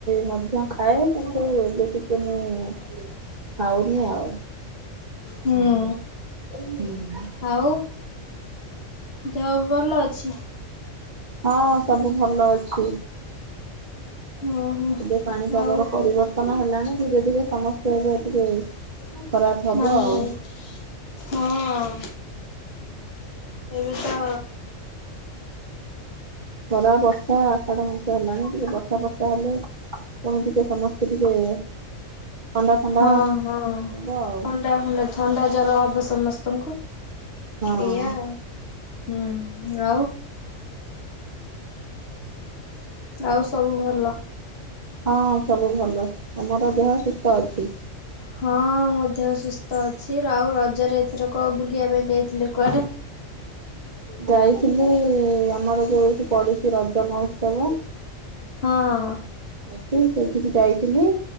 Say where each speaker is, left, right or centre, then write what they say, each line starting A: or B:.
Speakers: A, on the right; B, on the left.
A: ମଧ୍ୟ ଖାଏ କିନ୍ତୁ ଏବେ କିିକେ। ତେଣୁ ଖାାଉନି ଆ ଆଉ
B: ହୁଁ।
A: ହୁଁ।
B: ଆଉ ଦେହ ଭଲ ଅଛି।
A: ହଁ ସବୁ ଭଲ ଅଛି।
B: ଓହୋ
A: ଏବେ ପାଣିପାଗ
B: ଆଉ
A: ର ପରିବର୍ତ୍ତନ ହେଲାଣି କି? ଯ ଟିକେ ସମସ୍ତ ଟିକେ। ଖରାପ ହବ
B: ମାମୁଁ
A: ଆଉ।
B: ହଁ ଏବେ ତ।
A: ଖରା ବର୍ଷା। ଆଷାଢ ମାସ ହେଲାଣି ଟିକେ ବର୍ଷା ବର୍ଷା ହେଲେ ପୁଣି ଟିକେ ସମସ୍ତେ ଟିକେ। ଥଣ୍ଡା ଫଣ୍ଡା
B: ହଁ ହଁ
A: ହବ ଆଉ।
B: ଥଣ୍ଡା ଫଣ୍ଡା ଥଣ୍ଡା ଜର ହବ ସମସ୍ତଙ୍କୁ
A: ହଁ।
B: ଏଇଆ ହୁଁ ଆଉ। ଆଉ ସବୁ ଭଲ।
A: ହଁ ସବୁ ଭଲ ତମର ଦେହ ସୁସ୍ଥ ଅଛି।
B: ହଁ ମୁଁ ଦେହ ସୁସ୍ଥ ଅଛି ଆଉ ରଜରେ ଏଥର କ ବୁଲିବା ପାଇଁ ଯାଇଥିଲି କୁଆଡେ।
A: ଯାଇଥିଲି ଆମର ଯୋଉ ଏଇଠି ପଡିଛି ରଜ ମହ ଉ ସବ।
B: ହଁ
A: ସେଇଠିକି ଯାଇଥିଲି